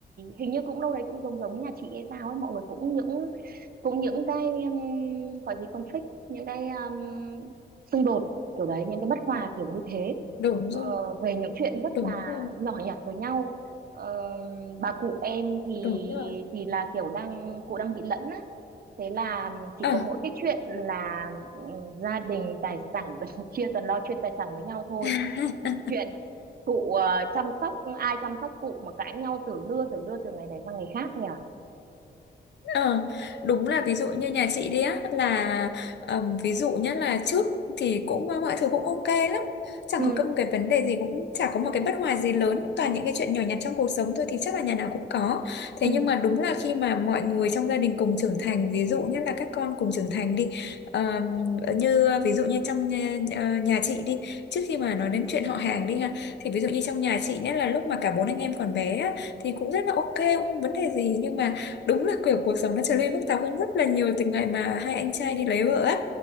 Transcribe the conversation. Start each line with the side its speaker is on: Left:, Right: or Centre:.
Right: hình như cũng đâu đấy cũng giống giống nhà chị hay sao ấy, mọi người cũng những cũng những cái um, gọi gì conflict những cái um, xung đột kiểu đấy những cái bất hòa kiểu như thế
Left: đúng
Right: Ờ,
Left: rồi
Right: về những chuyện rất
Left: đúng
Right: là
Left: rồi
Right: nhỏ nhặt với nhau Ờ, bà cụ em thì
Left: đúng rồi
Right: thì là kiểu đang cụ đang bị lẫn á thế là chỉ
Left: ờ
Right: có mỗi cái chuyện là ừ, gia đình tài sản <laughs> chia toàn lo chuyện tài sản với nhau thôi
Left: <laughs>
Right: chuyện cụ ờ, chăm sóc ai chăm sóc cụ mà cãi nhau từ lưa từ lưa từ ngày này sang ngày khác thôi à
Left: Ờ, đúng là ví dụ như nhà chị đi á là ờm, ví dụ nhất là trước thì cũng ờ, mọi thứ cũng ok lắm chẳng
Right: ừ
Left: có cái- một cái vấn đề gì cũng chả có một cái bất hòa gì lớn cũng toàn những cái chuyện nhỏ nhặt trong cuộc sống thôi thì chắc là nhà nào cũng có thế
Right: ừ
Left: nhưng mà đúng là khi mà mọi người trong gia đình cùng trưởng thành ví dụ như là các con cùng trưởng thành đi ờm, như ví dụ như trong nhà, ờ, nhà chị đi trước khi mà nói đến chuyện họ hàng đi ha thì ví dụ như trong nhà chị nhất là lúc mà cả bốn anh em còn bé á, thì cũng rất là ok cũng không vấn đề gì nhưng mà đúng là kiểu cuộc sống nó trở nên phức tạp hơn rất là nhiều từ ngày mà hai anh trai đi lấy vợ á